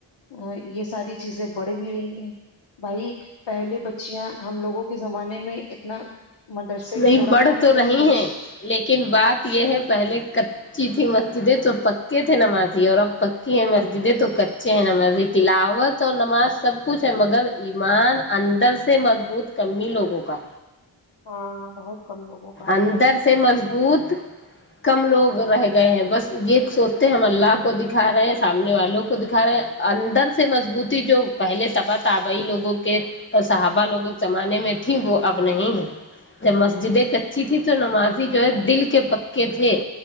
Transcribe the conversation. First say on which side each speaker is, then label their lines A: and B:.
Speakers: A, on the left; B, on the left.
A: ا یہ ساری چیزیں بڑھ بھی رہی ہیں بھائی پہلے بچیاں ہم لوگوں کے زمانے میں اتنا مدرس
B: نہیں
A: بھی تھوڑا
B: بڑھ
A: کم
B: تو
A: تھے
B: رہی
A: اور بچی
B: ہیں لیکن بات یہ ہے پہلے کچی تھی مسجدیں تو پکے تھے نمازی اور اب پکی ہے مسجدیں تو کچے ہیں نمازی تلاوت تو نماز سب کچھ ہے مگر ایمان اندر سے مضبوط کنی لوگوں کا
A: ہاںاں بہت کم لوگوں کا ہے.
B: اندر سے مضبوط کم لوگ رہ گئے ہیں بس یہ سوچتے ہیں ہم اللہ کو دکھا رہے ہیں سامنے والوں کو دکھا رہے ہیں اندر سے مضبوطی جو پہلے تباہ آبی لوگوں کے اور صحابہ لوگوں زمانے میں تیں وہ اب نہیں ہے جب مسجد اچھی تھی تو نمازی جو ہے دل کے پکے تھے